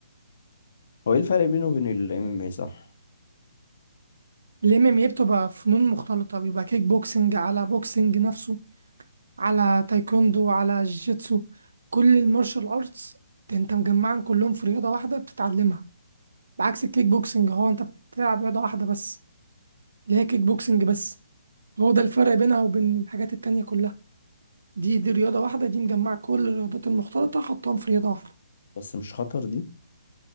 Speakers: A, on the left; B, on the right.
A: هو إيه الفرق بينه وبين الإم إم إيه صح؟
B: الام ام ايه بتبقى فنون مختلطه بيبقى كيك بوكسنج على بوكسنج نفسه على تايكوندو على جيتسو كل المارشال ارتس انت مجمعهم كلهم في رياضه واحده بتتعلمها بعكس الكيك بوكسنج هو انت بتلعب رياضة واحدة بس اللي هي كيك بوكسنج بس هو ده الفرق بينها وبين الحاجات التانية كلها دي دي رياضة واحدة دي مجمعة كل الرياضات المختلطة حطهم في رياضة واحدة
A: بس مش خطر دي